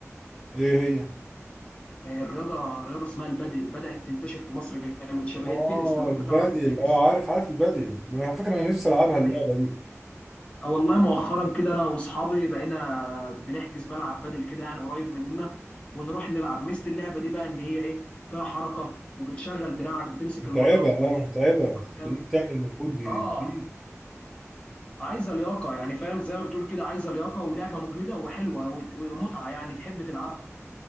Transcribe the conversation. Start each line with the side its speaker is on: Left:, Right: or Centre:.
Centre: ايه هي
Left: آه، الرياضه رياضه اسمها البادل بدات تنتشر في مصر جامد شبه
Centre: اه
Left: التنس لو انت
Centre: البادل
Left: تعرف التنس
Centre: اه عارف عارف البادل انا على فكره انا نفسي العبها
Left: يعني
Centre: اللعبه دي
Left: آه، والله مؤخرا كده انا واصحابي بقينا بنحجز ملعب بادل كده يعني قريب مننا ونروح نلعب ميزه اللعبه دي بقى ان هي ايه فيها حركه وبتشغل دراعك بتمسك
Centre: متعبه
Left: المضرب
Centre: اه
Left: وجامد
Centre: متعبه تخليك تعمل مجهود
Left: اه
Centre: كبير
Left: عايزه لياقه يعني فاهم زي ما بتقول كده عايزه لياقه ولعبه مجهده وحلوه وت- ومتعه يعني تحب تلعبها